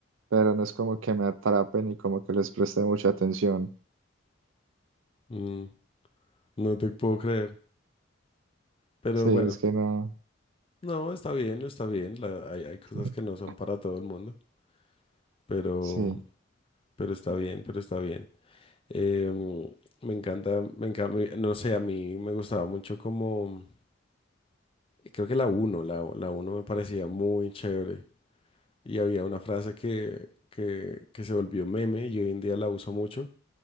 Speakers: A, on the right; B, on the left.
A: pero no es como que me atrapen y como que les preste mucha atención.
B: Mm, no te puedo creer. Pero
A: Sí,
B: bueno,
A: es que no.
B: no, está bien, está bien. la- hay, hay cosas
A: <laughs>
B: que no son para todo el mundo, pero,
A: Sí.
B: pero está bien, pero está bien. Em, me encanta, me encanta, no sé, a mí me gustaba mucho como, creo que la uno, la, la uno me parecía muy chévere. Y había una frase que, que, que se volvió meme y hoy en día la uso mucho